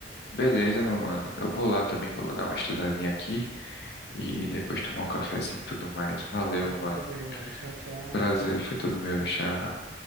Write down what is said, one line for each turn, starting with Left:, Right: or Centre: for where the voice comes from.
Left: beleza, meu mano. Eu vou lá também, que eu vou dar uma estudadinha aqui e depois tomar um cafezinho e tudo mais. Valeu,
Right: Foi
Left: meu
Right: um prazer,
Left: mano.
Right: mano. Tchau, tchau.
Left: Prazer, foi todo meu. Tchau.